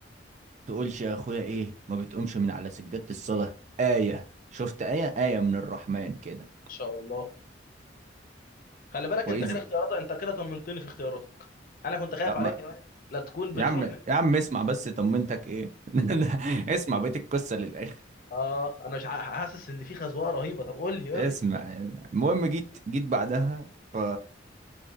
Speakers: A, on the right (about 40°); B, on the left (about 50°).
A: تقولش يا اخويا ايه ما بتقومش من على سجادة الصلاة آية شفت آية آية من الرحمن كده
B: ما شاء الله خلي بالك
A: وإذ
B: انت كده اختياراتك انت كده طمنتني في اختياراتك انا كنت خايف
A: لا
B: عليك
A: ما
B: يا واد لا تكون بتروح
A: يا عم يا
B: ن-
A: عم اسمع بس طمنتك ايه <laughs> اسمع بقية القصة للآخر
B: اه انا مش ع- حاسس ان في خزوقه رهيبه طب قول لي قول
A: اسمع
B: لي
A: المهم جيت جيت بعدها ف